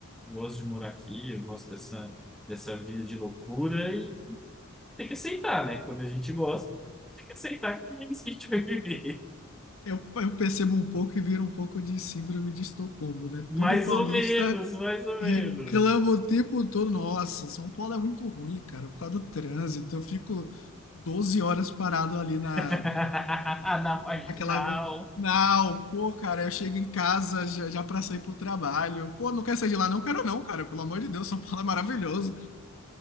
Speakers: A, in the centre; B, on the left (about 70°).
A: gosto de morar aqui, eu gosto dessa, dessa vida de loucura tem que aceitar, né? Quando a gente gosta, tem que aceitar que é isso que a gente vai viver.
B: Eu, eu percebo um pouco e vira um pouco de síndrome de Estocolmo, né?
A: Mais
B: Todo paulista
A: ou menos, mais ou
B: reclama
A: menos.
B: o tempo todo. Nossa, São Paulo é muito ruim, cara, por causa do trânsito. Eu fico 12 horas parado ali na,
A: <laughs> Na marginal.
B: aquela. Não, pô, cara, eu chego em casa já, já para sair pro trabalho. Pô, não quero sair de lá, não quero não, cara. Pelo amor de Deus, São Paulo é maravilhoso.